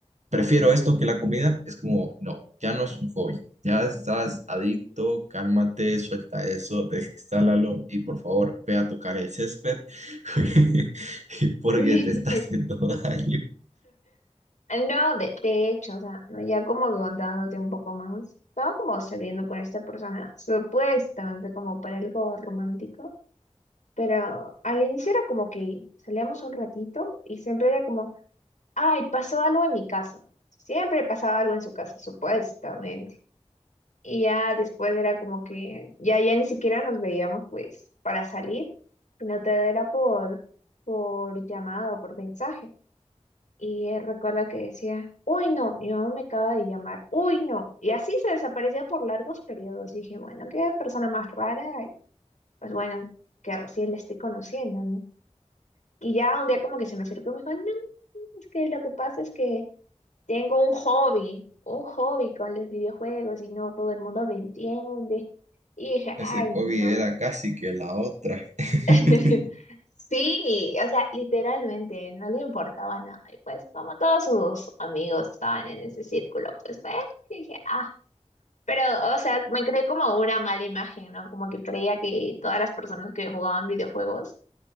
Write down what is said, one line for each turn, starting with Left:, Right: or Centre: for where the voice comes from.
Right: prefiero esto que la comida, es como, no, ya no es un hobby, ya estás adicto, cálmate, suelta eso, <laughs> desinstálalo y por favor ve a tocar el césped <laughs> porque
Left: <laughs>
Right: te está haciendo <laughs> daño.
Left: No, de, de hecho, o sea, ¿no? ya como que contándote un poco más, estaba como saliendo con esta persona, supuestamente como para algo romántico. Pero al inicio era como que salíamos un ratito y siempre era como, ay, pasó algo en mi casa. Siempre pasaba algo en su casa, supuestamente. Y ya después era como que ya, ya ni siquiera nos veíamos pues para salir, sino todo era por, por llamada o por mensaje. Y él recuerda que decía, uy, no, mi mamá me acaba de llamar, uy, no. Y así se desaparecía por largos periodos. Y dije, bueno, qué persona más rara, y pues bueno, que recién le estoy conociendo, ¿no? Y ya un día como que se me acercó y me dijo, no, es que lo que pasa es que tengo un hobby, un hobby con los videojuegos y no todo el mundo lo entiende. Y dije,
Right: Ese
Left: ay,
Right: hobby
Left: no.
Right: era casi que la otra. <laughs>
Left: <laughs> Sí, o sea, literalmente no le importaba nada. Y pues como todos sus amigos estaban en ese círculo, pues bueno, y dije, ah, pero o sea, me creé como una mala imagen, ¿no? Como que creía que todas las personas que jugaban videojuegos